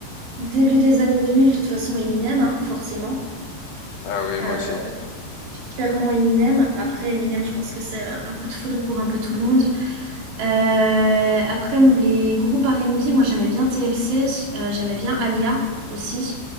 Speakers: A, on the right; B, on the left.
A: début des années 2000, de toute façon, Eminem, hein, forcément.
B: Ah oui,
A: Euh,
B: moi aussi.
A: clairement Eminem. Après, Eminem, je pense que c'est un coup de foudre pour un peu tout le monde. Euh, après, les groupes R and B, moi j'aimais bien TLC, euh, j'aimais bien Alia aussi.